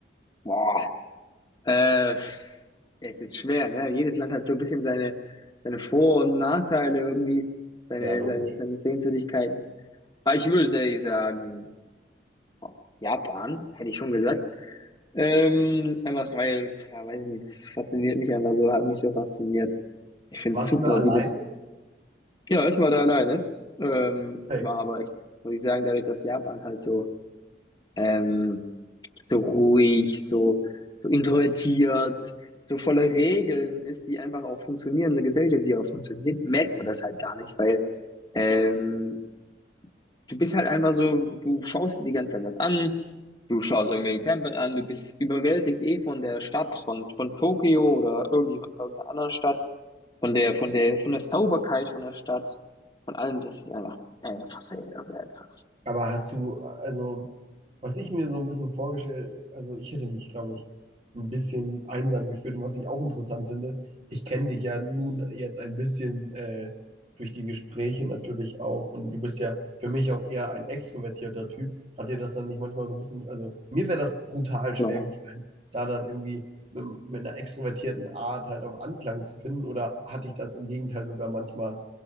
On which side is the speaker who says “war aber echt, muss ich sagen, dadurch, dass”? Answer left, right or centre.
Left